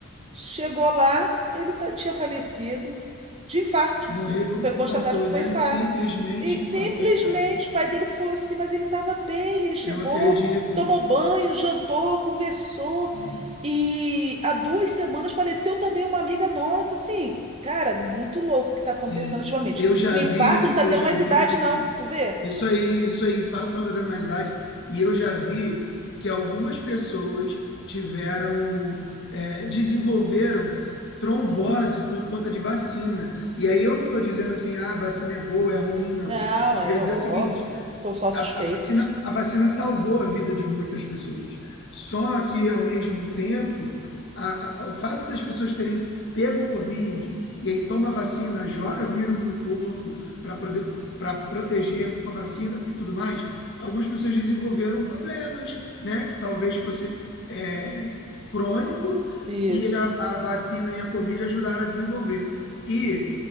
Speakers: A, on the right; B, on the left.
A: Chegou lá, ele ta- tinha falecido de infarto.
B: Morreu,
A: Foi constatado
B: infartou,
A: que foi
B: né?
A: infarto.
B: Simplesmente
A: E
B: infartou
A: simplesmente
B: em casa.
A: o pai dele falou assim: mas ele estava bem, ele chegou,
B: Eu acredito.
A: tomou banho, jantou, conversou.
B: Sim,
A: E há duas semanas faleceu também uma amiga nossa, assim. Cara, muito louco o que está acontecendo
B: sim.
A: ultimamente.
B: Eu já
A: Que o infarto
B: vi,
A: não está
B: eu
A: tendo
B: já
A: mais
B: vi.
A: idade, não. Tu vê?
B: Isso aí, isso aí, infarto não está tendo mais idade. E eu já vi que algumas pessoas tiveram, é, desenvolveram trombose
A: Hum.
B: por conta de vacina. E aí eu não estou dizendo assim, ah, vacina é boa, é ruim, não.
A: Não,
B: Eu estou
A: é
B: querendo dizer
A: óbvio.
B: o seguinte
A: São só suspeitas.
B: A, a vacina, a vacina salvou a vida de muitas pessoas. Só que, ao mesmo tempo, a- o fato das pessoas terem pego o Covid e aí toma a vacina, joga vírus no corpo para poder para proteger com a vacina e tudo mais, algumas pessoas desenvolveram problemas, né? Que talvez fosse é, crônico
A: Isso.
B: e a, a vacina e a Covid ajudaram a desenvolver. E